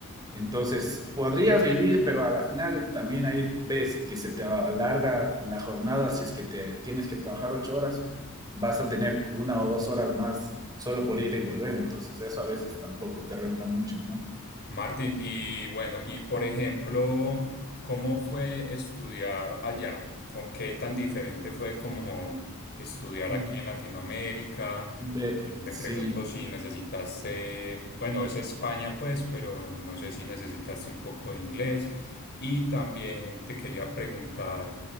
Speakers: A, on the right (about 20°); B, on the left (about 50°).
A: Entonces, podrías vivir, pero a la final también ahí ves que se te alarga la jornada, si es que te tienes que trabajar ocho horas, vas a tener una o dos horas más solo por ir y volver, entonces eso a veces tampoco te renta mucho,
B: Martín, y bueno, y por ejemplo, ¿cómo fue estudiar allá? ¿Con- ¿Qué tan diferente fue como estudiar
A: ¿no?
B: aquí en Latinoamérica?
A: Ve,
B: Eh, me
A: sí,
B: pregunto si necesitaste, bueno, es España pues, pero no sé si necesitaste un poco de inglés. Y también te quería preguntar,